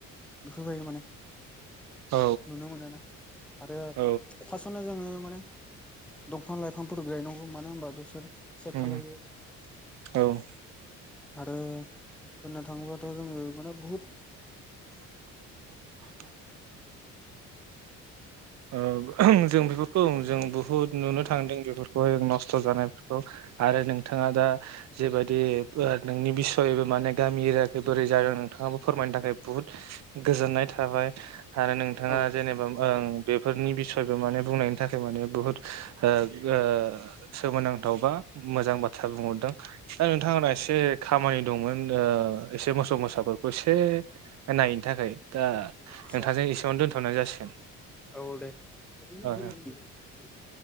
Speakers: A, in the centre; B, on the right.
A: बेफोरबायदि माने।
B: औ
A: नुनो मोनोना आरो
B: औ
A: फास्टावनो जोङो माने दंफां लाइफांफोर गायनांगौ मानो होनबा बिसोर सेभ
B: उम
A: खालायो।
B: औ ओ
A: आरो बुंनो थाङोबाथ' जोङो माने बहुद।
B: <inaudible> ओ जों बेफोर औ जों बुहुत नुनो थांदों बेफोरखौहाय जों नस्थ' जानायफोरखौ आरो नोंथाङा दा जेबायदि बो नोंनि बिसयबो माने गामि एरियाखै बोरै जादों नोंथाङाबो फोरमायनो थाखाय बुहुद गोजोननाय थाबाय आरो नोंथाङा
A: औ
B: जेनेबा ओं बेफोरनि बिसय माने बुंनायनि थाखाय माने बुहुद ओ ओ सोमोनांथाव बा मोजां बाथ्रा बुंहरदों दा नोंथाङा। आंना एसे खामानि दंमोन ओ एसे मोसौ मोसाफोरखौ एसे नायैनो थाखाय। दा
A: आदसा
B: नोंथांजों एसेआवनो दोनथ'नाय जासिगोन।
A: औ दे <unintelligible>
B: ओ